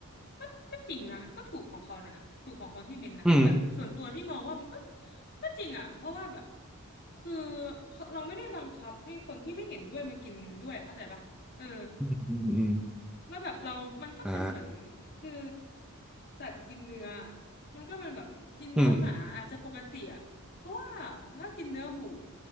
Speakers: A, on the left; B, in the centre.
A: ก็ก็จริงนะก็ถูกของเขานะถูกของคนที่เมนนะแบบส่วนตัวที่มองว่ามันก็
B: อืม
A: มันก็จริงอ่ะเพราะว่าแบบคือเราไม่ได้บังคับให้คนที่ไม่เห็นด้วยมากินด้วยเข้าใจปะเออ
B: อืมอืม
A: แล้วแบบเรามันก็เป็นเหมือน
B: อ่า
A: คือสัตว์กินเนื้อมันก็เป็นแบบกินเนื้อหมาอาจจะปกติอ่ะเพราะว่าถ้ากินเนื้อหมู
B: อืมอืม